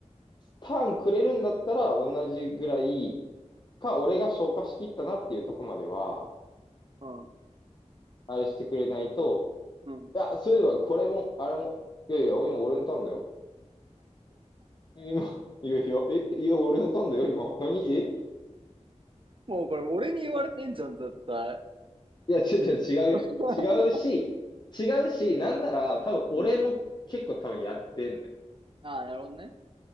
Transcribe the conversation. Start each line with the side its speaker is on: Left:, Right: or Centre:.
Left: ターンくれるんだったら同じぐらいか、俺が消化しきったなっていうとこまでは、
Right: うん。
Left: あれしてくれないと、
Right: うん
Left: いや、そういえばこれも、あれも、いやいや、今俺のターンだよ。今、いやいや、え、いや、俺のターンだよ、今。何え
Right: もうこれ俺に言われてんじゃん、絶対。
Left: いや、違う違う、違うよ。
Right: <laughs>
Left: 違うし、違うし、なんなら、多分俺も結構多分やってんね。
Right: うん。ああ、なるほどね。